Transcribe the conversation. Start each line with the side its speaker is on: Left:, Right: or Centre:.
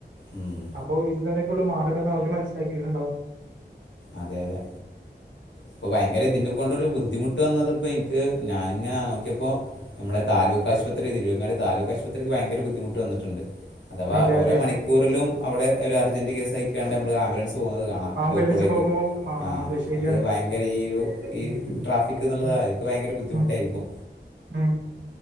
Left: ഉം
Right: അപ്പോ ഇതുന്നെ ഓള് മറുവെന്നാ അവര് മനസിലാക്കീട്ടിണ്ടാവും.
Left: അതെ അതെ ഇപ്പൊ ഭയ്ങ്കര ഇതിനെകൊണ്ട് ഒരു ബുദ്ധിമുട്ട് വന്നതിപ്പൊ ഇൻക്ക് ഞാൻ ഇങ്ങനെ നോക്ക്യേപ്പോ നമ്മുടെ താലൂക്ക് ആശുപത്രി തിരൂങ്ങാടി താലൂക്ക് ആശുപത്രിക്ക് ഭയങ്കര ബുദ്ധിമുട്ട് വന്നിട്ടുണ്ട്. അഥവാ
Right: അതെ
Left: ഓരോ
Right: അതെ
Left: മണിക്കൂറിലും അവിടെ ഒരു അർജന്റ് കേസ്സയിക്കാണ്ട് അമ്മൾ ആംബുലൻസ് പോണത് കാണാ.
Right: ആംബുലൻസ്
Left: ബൈക്
Right: പോകുമ്പോ
Left: ആ
Right: അതെ ശരിയാണ്
Left: അത് ഭയ്ങ്കര ഈ ഒരു ഈ
Right: ഉം
Left: ട്രാഫിക്ക് ഇന്നിള്ളതായിക്
Right: ഉം
Left: ഭയ്ങ്കര ബുദ്ധിമുട്ടായിരിക്കും.
Right: ഉം ഉം